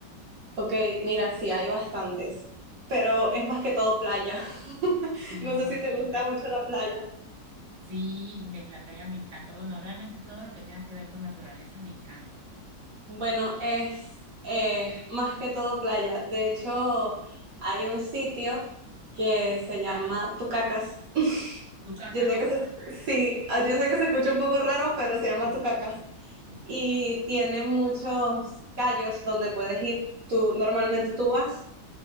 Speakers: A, on the right; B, on the right.
A: Ok, mira, sí, hay bastantes, pero es más que todo playa. <laughs>
B: Ah,
A: No sé si
B: ok.
A: te gusta mucho la playa.
B: Sí, me- la playa me encanta. Bueno, realmente todo lo que tenga que ver con naturaleza me encanta.
A: Bueno, es eh, más que todo playa. De hecho, hay un sitio que se llama Tucacas. <laughs>
B: ¿Tú cacas?
A: Yo sé que se, sí, yo sé que se escucha un poco raro, pero se llama
B: Sí.
A: Tucacas.
B: Ok.
A: Y tiene muchos callos donde puedes ir. Tú, normalmente tú vas.